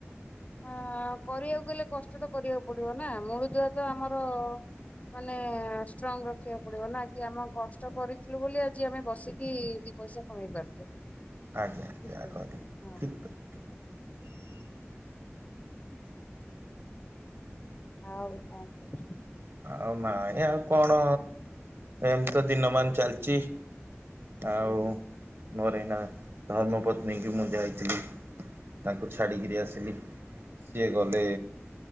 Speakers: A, on the left (about 30°); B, on the right (about 60°).
A: ହଁ କରିବାକୁ ଗଲେ କଷ୍ଟ ତ କରିବାକୁ ପଡିବ ନା ମୁଳୁ ଦୁଆ ତ ଆମର। ମାନେ ଷ୍ଟ୍ରଙ୍ଗ ରଖିବାକୁ ପଡିବ ନା କି ଆମେ କଷ୍ଟ କରିଥିଲୁ, ବୋଲି ଆଜି ଆମେ ବସିକି ଦି ପଇସା। କମେଇ ପାରୁଛେ
B: ଆଜ୍ଞା
A: ବଝିପାଇଲେ
B: ଯାହା କହିଲେ
A: ହଁ।
B: ଠିକ୍ କଥା।
A: ଆଉ କଁ କହୁଛ।
B: ଆଉ ନାଇଁ ଆଉ କଣ ଏମିତି ତ ଦିନ ମାନ ଚାଲିଛି। ଆଉ
A: ହୁଁ ହୁଁ
B: ମୋର ଏଇନା ଧର୍ମ ପତ୍ନୀଙ୍କି ମୁଁ ଯାଇଥିଲି। ତାଙ୍କୁ ଛାଡିକିରି ଆସିଲି ସିଏ ଗଲେ।